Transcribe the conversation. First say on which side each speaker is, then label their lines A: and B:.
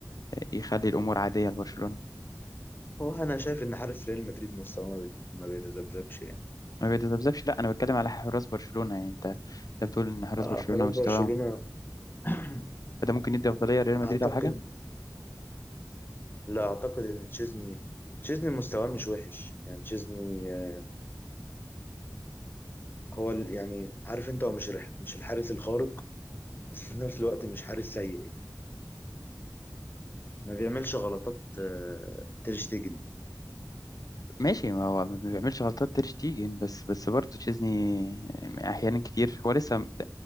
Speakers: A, on the left; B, on the left.
A: يخلي الأمور عادية لبرشلونة
B: هو انا شايف ان حارس ريال مدريد مستواه ما بيت- ما بيتذبذبش يعني
A: ما بيتذبذبش لا أنا بتكلم على حراس برشلونة يعني أنت أنت بتقول إن حراس
B: اه
A: برشلونة
B: حراس
A: مستواهم
B: برشلونة <clears throat>
A: فده ممكن يدي أفضلية لريال مدريد
B: اعتقد
A: أو حاجة
B: لا اعتقد ان تشيزني تشيزني مستواه مش وحش يعني تشيزني آه، هو ال- يعني عارف انت هو مش الح- مش الحارس الخارق بس في نفس الوقت مش حارس سيء يعني ما بيعملش غلطات آه، تير شتيجن يعني.
A: ماشي ما هو ما بيعملش غلطات تير شتيجن بس بس برضه تشيزني أحيانا كتير هو لسه